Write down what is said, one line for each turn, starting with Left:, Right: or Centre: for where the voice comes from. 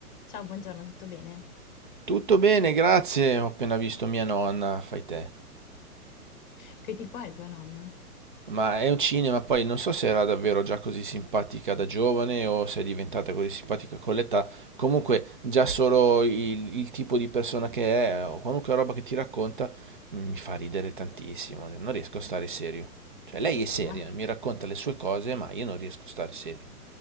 Left: Ciao, buongiorno, tutto bene?
Right: Tutto bene, grazie. Ho appena visto mia nonna, fai te.
Left: Che tipo è tua nonna?
Right: Ma è un cinema, poi non so se era davvero già così simpatica da giovane o se è diventata così simpatica con l'età. Comunque, già solo il, il tipo di persona che è o qualunque roba che ti racconta mm, mi fa ridere tantissimo. Non riesco a stare serio. Cioè, lei è seria,
Left: Ma,
Right: mi racconta le sue cose, ma io non riesco a stare serio.